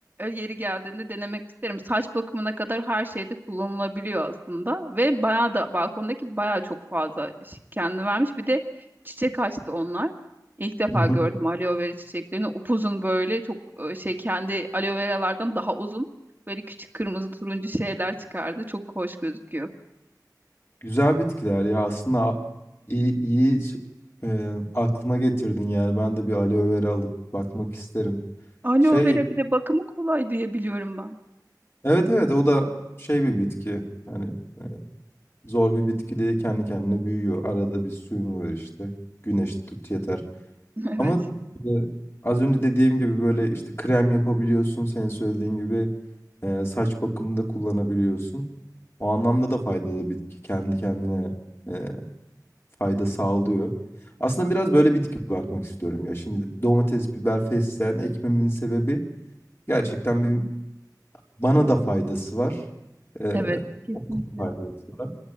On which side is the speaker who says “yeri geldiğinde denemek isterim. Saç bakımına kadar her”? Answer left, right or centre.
Right